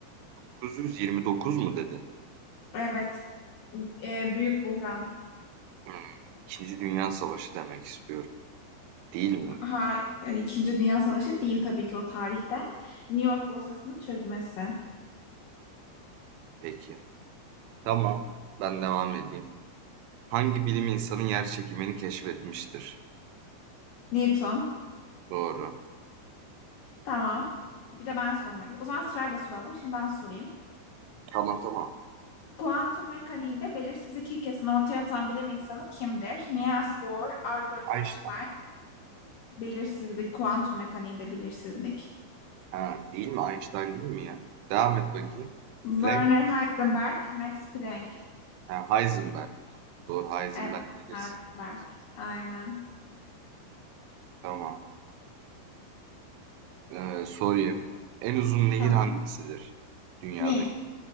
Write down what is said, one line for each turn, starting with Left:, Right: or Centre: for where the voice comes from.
Right: 929 mu dedin?
Left: Evet, e, büyük buhran.
Right: Hmm, İkinci Dünya Savaşı demek istiyorum. Değil mi?
Left: Ha, yani İkinci Dünya Savaşı değil tabii ki o tarihte. New York borsasının çökmesi.
Right: Peki. Tamam, ben devam edeyim. Hangi bilim insanı yer çekimini keşfetmiştir?
Left: Newton.
Right: Doğru.
Left: Tamam. Bir de ben sormak O zaman sırayla soralım. Şimdi ben sorayım.
Right: Tamam tamam.
Left: Kuantum mekaniğinde belirsizlik ilkesini ortaya atan bilim insanı kimdir? Niels Bohr, Albert
Right: Einstein.
Left: Einstein, belirsizlik, kuantum mekaniğinde belirsizlik.
Right: Ha, değil mi? Einstein değil mi ya? Devam et bakayım.
Left: Werner
Right: Planck.
Left: Heisenberg, Max Planck.
Right: Ha, Heisenberg o zaman. Doğru Heisenberg
Left: Evet,
Right: bilirsiniz.
Left: Heisenberg. Aynen.
Right: Tamam. Ee, sorayım. En uzun nehir
Left: Tamam.
Right: hangisidir? Dünyadaki.
Left: Nil.